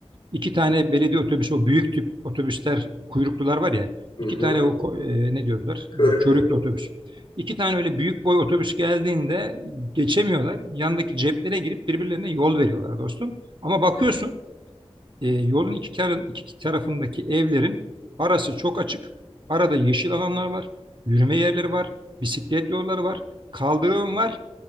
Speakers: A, on the right; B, on the left.
A: İki tane belediye otobüsü, o büyük tip otobüsler, kuyruklular var ya.
B: hı
A: İki
B: hı.
A: tane o ko- e, ne diyorlar?
B: Körüklü.
A: E, körüklü otobüs. İki tane öyle büyük boy otobüs geldiğinde geçemiyorlar. Yandaki ceplere girip birbirlerine yol veriyorlar dostum. Ama bakıyorsun e, yolun iki, karın, iki tarafındaki evlerin arası çok açık. Arada yeşil alanlar var, yürüme yerleri var, bisiklet yolları var, kaldırım var.